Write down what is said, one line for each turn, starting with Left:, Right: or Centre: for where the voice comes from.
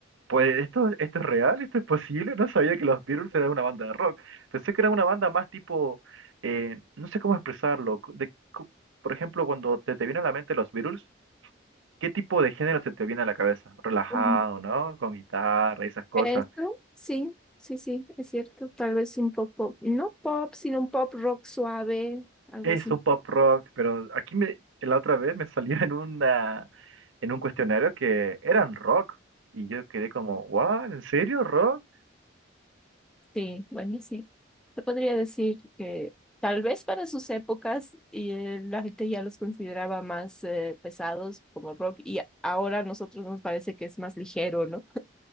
Right: Pues esto, esto es real, esto es posible. No sabía que los Beatles eran una banda de rock. Pensé que era una banda más tipo, eh, no sé cómo expresarlo. cu- de cu- por ejemplo, cuando te, te viene a la mente los Beatles, ¿qué tipo de género se te viene a la cabeza? Relajado,
Centre: Mm,
Right: ¿no? Con guitarra y esas cosas.
Centre: Eso, sí, sí, sí, es cierto, tal vez un poco, no pop, sino un pop rock suave, algo
Right: Es
Centre: así.
Right: un pop rock, pero aquí me, la otra vez me salía en una, en un cuestionario que eran rock. Y yo quedé como, ¿what? ¿En serio rock?
Centre: Sí, bueno, sí. Se podría decir que tal vez para sus épocas y, eh, la gente ya los consideraba más eh, pesados como rock y ahora a nosotros nos parece que es más ligero, ¿no?